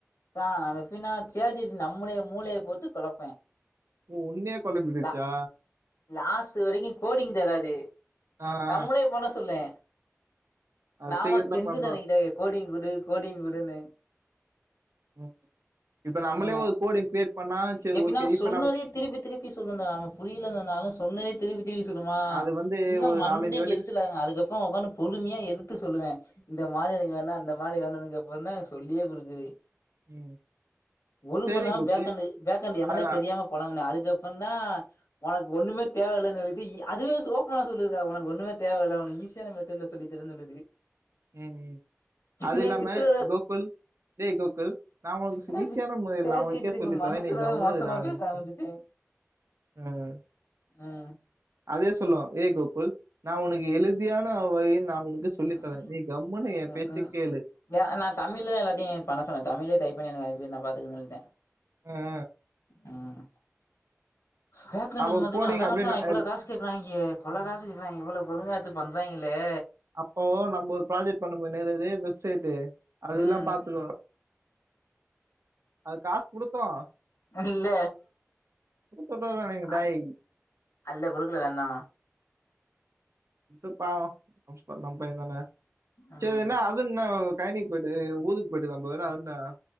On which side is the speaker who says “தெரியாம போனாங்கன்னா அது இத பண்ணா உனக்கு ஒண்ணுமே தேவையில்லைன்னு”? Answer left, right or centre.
Left